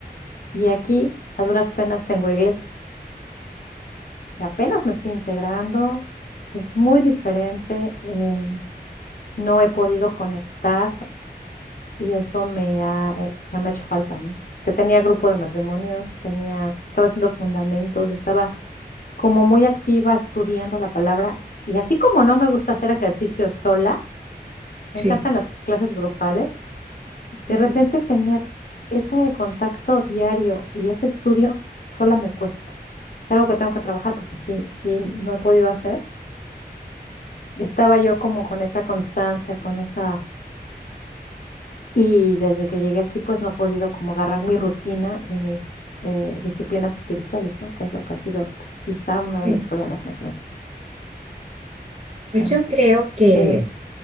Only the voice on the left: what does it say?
Y aquí, a duras penas, tengo iglesia. O sea, apenas me estoy integrando. Es muy diferente. em, no he podido conectar y eso me ha, eh, o sea, me ha hecho falta, ¿no? Que tenía grupo de matrimonios, tenía, estaba haciendo fundamentos, estaba como muy activa estudiando la palabra. Y así como no me gusta hacer ejercicio sola,
Me encantan las clases grupales. De
repente tener ese contacto diario y ese estudio sola me cuesta. Es algo que tengo que trabajar porque sí, sí no he podido hacer. Estaba yo como con esa constancia, con esa... Y desde que llegué aquí, pues no he podido como agarrar mi rutina y mis eh, disciplinas espirituales, ¿no? Que es lo que ha sido quizá uno
de los problemas más grandes.
Am,
eh,